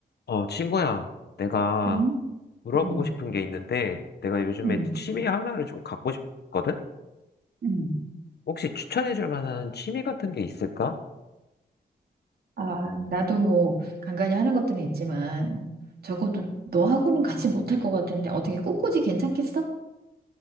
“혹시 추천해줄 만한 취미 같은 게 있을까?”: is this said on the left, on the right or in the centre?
Left